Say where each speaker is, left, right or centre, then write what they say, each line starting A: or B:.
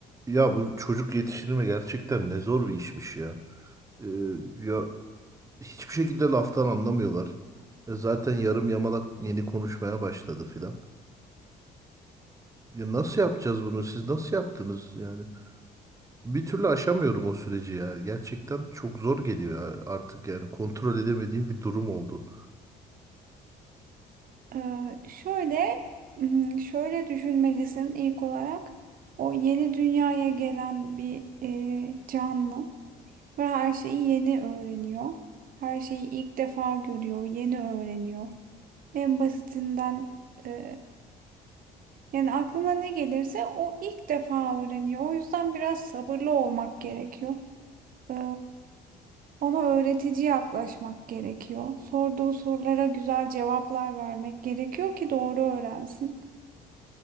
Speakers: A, on the right (about 20°); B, on the right (about 55°).
A: Ya bu çocuk yetiştirme gerçekten ne zor bir işmiş ya. Ee, ya hiçbir şekilde laftan anlamıyorlar. Ya zaten yarım yamalak yeni konuşmaya başladı filan. Ya nasıl yapacağız bunu? Siz nasıl yaptınız yani? Bir türlü aşamıyorum o süreci ya. Gerçekten çok zor geliyor ya artık yani kontrol edemediğim bir durum oldu.
B: Ee, şöyle, hmm, şöyle düşünmelisin ilk olarak. O yeni dünyaya gelen bir e, canlı ve her şeyi yeni öğreniyor. Her şeyi ilk defa görüyor, yeni öğreniyor. En basitinden e, yani aklına ne gelirse o ilk defa öğreniyor. O yüzden biraz sabırlı olmak gerekiyor. Ee, ona öğretici yaklaşmak gerekiyor. Sorduğu sorulara güzel cevaplar vermek gerekiyor ki doğru öğrensin.